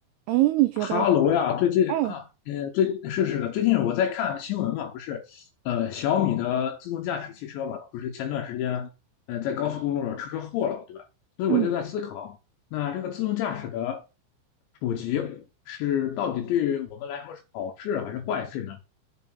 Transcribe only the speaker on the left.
哈喽呀，最近啊，
呃，最是是的，最近我在看新闻嘛，不是，呃，小米的自动驾驶汽车嘛，不是前段时间，呃，在高速公路上出车祸了嘛，对吧？所以我就在思考，
那这个自动驾驶的普及是到底对我们来说是好事啊还是坏事呢？